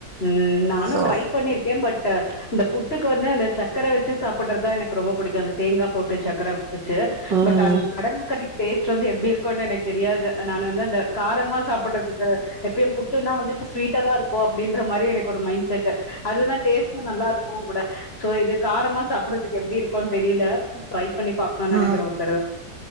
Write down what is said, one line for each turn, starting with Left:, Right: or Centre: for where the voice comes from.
Left: உம் நானும்
Right: சோ
Left: ட்ரை பண்ணிருக்கேன் பட் <inaudible> இந்த புட்டுக்கு வந்து அந்த சக்கர வச்சு சாப்டுறதுதா எனக்கு ரொம்ப புடிக்கும் அந்த தேங்கா போட்டு சக்கர வச்சு
Right: ம்
Left: பட் அந்த கட கரிய டேஸ்ட் வந்து எப்டி இருக்குனு எனக்கு தெரியாது நானு வந்து அந்த காரமா சாப்பிடுறதுக்கு எப்ப <unintelligible> வந்துட்டு ஸ்வீட்டா தா இருக்கு ஓ அப்டின்ற மாறி எனக் ஒரு மைண்ட் செட் செட்டு அதுதான் டேஸ்ட்டு நல்லா இருக்கும் ஒங் கூட சோ இது காரமா சாப்டு எப்டி இருக்கோனு தெரில ட்ரை பண்ணி பார்க்கணும்னு
Right: ஆ
Left: நெனைக்கிறேன் ஒரு தடவ.